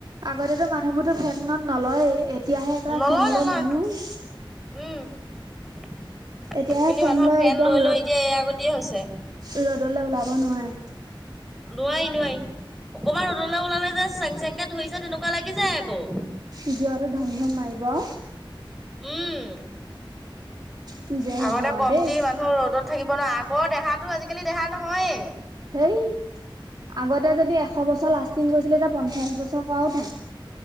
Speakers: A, on the right (about 55°); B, in the centre.
A: আগতেতো মানুহবোৰতো ফেনত নলয়, এতিয়াহে এটা
B: নলয়
A: ফেন
B: নলয়।
A: লৈ মানুহ।
B: উম, আজিকালি
A: এতিয়াহে
B: মানুহৰ ফেন
A: একদম
B: লৈ
A: ৰ'দ
B: লৈ এতিয়া এয়া গতিয়ে হৈছে।
A: ৰ'দলৈ ওলাব নোৱাৰে।
B: নোৱাৰি, নোৱাৰি, অকমান ৰদলে ওলালে যে চেং চেং কে ধৰিছে তেনেকুৱা লাগি যায় আকৌ।
A: ভিডিঅ'টো ধমধম মাৰিব। <inaudible>
B: উম,
A: কি যে হ'ব
B: আগতে
A: আৰু
B: কমটি
A: দেই
B: মানুহ ৰ'দত থাকিব ন' আগৰ দেহাটো আজিকালি দেহা নহয়েই।
A: এই আগতে যদি এশ বছৰ লাষ্টিং কৰিছিলে এতিয়া পঞ্চাছ বছৰ কৰাও টান।